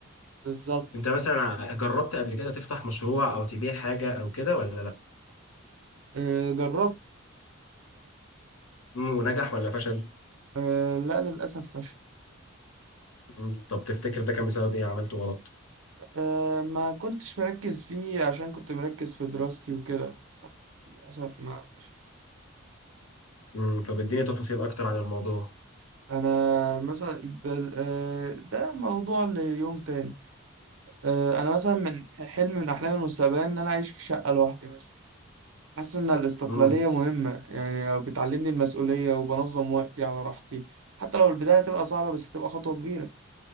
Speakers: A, on the right (about 75°); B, on the left (about 85°).
A: بالظبط
B: أنت مثلا ع- جربت قبل كده تفتح مشروع أو تبيع حاجة أو كده ولا لأ؟
A: أه جربت
B: مم، ونجح ولا فشل؟
A: أه لا للاسف فشل
B: مم، طب تفتكر ده كان بسبب إيه عملته غلط؟
A: أه ما كنتش مركز فيه عشان كنت مركز في دراستي وكده للأسف ما فيش
B: مم، طب إديني تفاصيل أكتر عن الموضوع
A: أنا مثلا بل- آه، ده موضوع ليوم تاني آه، أنا مثلا من حلم من أحلام المستقبل إن أنا أعيش في شقة لوحدي مثلا حاسس إن الاستقلالية
B: امم
A: مهمة يعني بتعلمني المسؤولية وبنظم وقتي على راحتي حتى لو البداية هتبقى صعبة بس هتبقى خطوة كبيرة